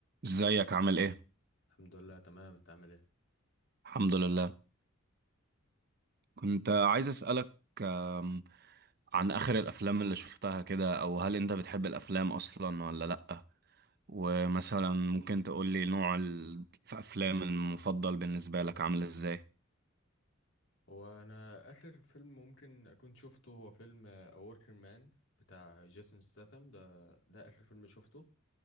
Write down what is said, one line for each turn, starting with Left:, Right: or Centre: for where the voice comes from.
Right: ازيك عامل ايه؟
Left: الحمد لله تمام انت عامل ايه
Right: الحمد لله كنت عايز اسألك آم، عن اخر الافلام اللي شفتها كده او هل انت بتحب الافلام اصلا ولا لأ؟ ومثلا ممكن تقول لي نوع ال- الافلام المفضل بالنسبة لك عامل ازاي؟
Left: هو انا اخر فيلم ممكن اكون شفته هو فيلم اوركر مان بتاع جيسون ستاثام ده ده اخر فيلم شفته